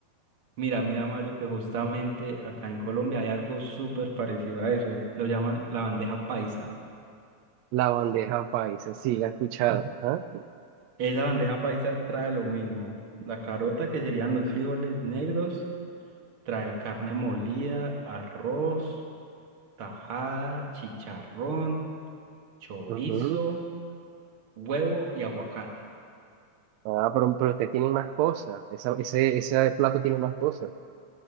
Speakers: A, on the right (about 45°); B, on the right (about 85°).
A: mira, mira, Mario, que justamente acá en Colombia hay algo súper parecido a eso. Lo llaman la bandeja paisa.
B: la bandeja paisa, sí, la he escuchado. ajá.
A: Esa bandeja paisa trae lo mismo. La carota, que serían los frijoles negros, trae carne molida, arroz, tajada, chicharrón, chorizo.
B: Ujú.
A: huevo y aguacate,
B: Ah, pero, pero ustedes tienen más cosas, esa- ese, ese plato tiene más cosas.